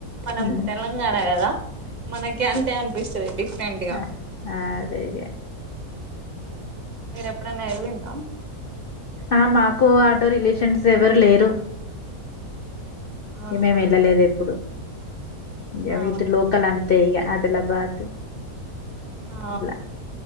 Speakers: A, on the right (about 35°); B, on the left (about 65°).
A: మనం
B: హ్మ్.
A: తెలంగాణ కదా మనకి అంతే అనిపిస్తుంది డిఫరెంట్ గా
B: ఆ! అదే ఇగ
A: మీర ఎప్పుడైన్నా వెదివిందా
B: ఆ మాకు ఆటో రిలేషన్స్ ఎవరు లేరు
A: అవునా
B: ఏ మేమి వెళ్ళలేదు ఎప్పుడు ఇక
A: ఆ
B: వీటి లోకల్ అంతే ఇక అది ఇదిలాబాదు
A: ఆ
B: ఇట్లా